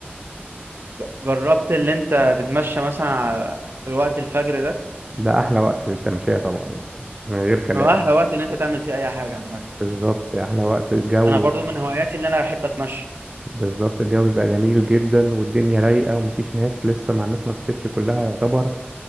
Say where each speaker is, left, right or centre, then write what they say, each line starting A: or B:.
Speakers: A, on the right; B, on the right.
A: ج- جربت اللي انت تتمشى مثلا ع- في وقت الفجر ده
B: ده احلى وقت للتمشيه طبعا يعني من غير كلام
A: هو احلى وقت اللي انت تعمل فيه اي حاجه عامه
B: بالظبط احلى وقت الجو
A: انا برضو من هواياتي اللي انا بحب اتمشى
B: بالظبط الجو بيبقى جميل جدا والدنيا رايقه ومفيش ناس لسه مع الناس ما صحتش كلها يعتبر